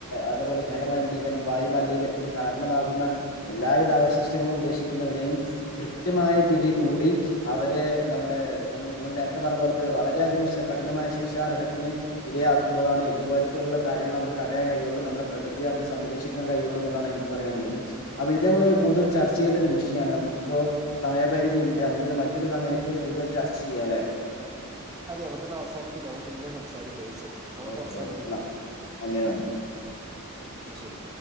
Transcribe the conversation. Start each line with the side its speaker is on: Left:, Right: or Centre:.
Left: അതുപോലെ ജല മലിനീകരണം വായു മലിനീകരണത്തിന് കാരണമാകുന്ന എല്ലാവിധ അവശിഷ്ടങ്ങളും ഉപേക്ഷിക്കുന്നവരെയും കൃത്യമായി പിടികൂടി അവരെ നമ്മുടെ നമ്മ നിങ്ങൾ നേരത്തെ പറഞ്ഞ പോലത്തെ വളരെയധികം കഠിനമായ ശിക്ഷാർഹത്തിന് ഇരയാക്കുമ്പോഴാണ് ഇതുപോലെയുള്ള കാര്യങ്ങൾ നമുക്ക് തടയാൻ കഴിയുള്ളൂ നമ്മുടെ പ്രകൃതിയെ നമുക്ക് സംരക്ഷിക്കാൻ കഴിയുള്ളൂ എന്നുള്ളതാണ് എനിക്ക് പറയാനുള്ളത് അപ്പൊ ഇത് നമ്മള് കൂടുതൽ ചർച്ച ചെയ്യേണ്ട ഒരു വിഷയമാണ് നമുക്കിപ്പോ സമയപരിധി ഉണ്ട് നമുക്കിത് മറ്റൊരു സമയത്ത് കൂടുതൽ ചർച്ച ചെയ്യാല്ലെ
Right: അതെ നമുക്കന്ന് അവസാനിപ്പിക്കാം നമുക്ക് പിന്നെ സംസാരിക്കാം ഈവിഷയത്തിന്ന് ഇന്ന് നമുക്ക്
Left: ഓക്കെ
Right: അവസാനിപ്പിക്കാം.
Left: ഓക്കെ എന്നാ നന്ദി നന്ദി
Right: ന്ന ശരി